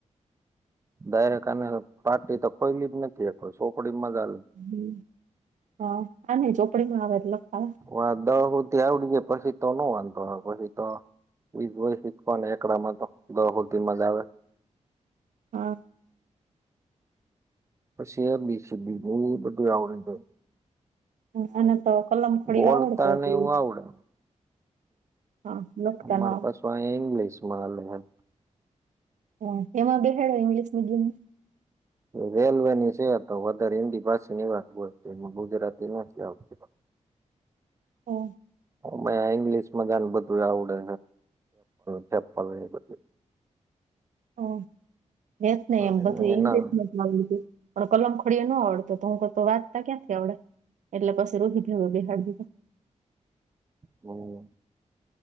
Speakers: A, on the right (about 25°); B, on the right (about 75°).
A: ડાયરેક આને પટી તો ખોઈલી જ નથી ચોપડી માં જ હાલે છે
B: હ હા આને ચોપડી માં આવે છે લખવાનું
A: હ દહ સુધથી આવડી જાય પછી તો ન વાંધો પછી તો એજ હોય બધુ. કોને એકડામાં તો દહ હુંધિ માં જ આવે
B: હા
A: પછી એમીશીદી ને બધુ આવદી જાય
B: આને તો કલમ ખોડી
A: બોલતા
B: આવડતો હતી
A: ને એવું આવડે
B: હા લખતા
A: અમાર
B: ન
A: પાછ અહીયા ઇંગ્લિશ માં આવે
B: હા એમાં બેહડ્યો ઇંગ્લિશ મીડિયમ?
A: રેલવે ની છે તો વધારે હિન્દી ભાષીની વાત હો એમાં ગુજરાતી નથી આવતી <inaudible>
B: ઓ
A: હ ઈંગ્લિશ માં ગને બધું આવડે છેે બધ
B: હ એત ન
A: અને
B: એમ બધું
A: એના
B: એંગ રત મ પણ કલમ ખડીે ન આવડતો તો હું વાંતા ક્યાંથી આવડે એટલે પાછી રોકી થ બેહારધ
A: હમ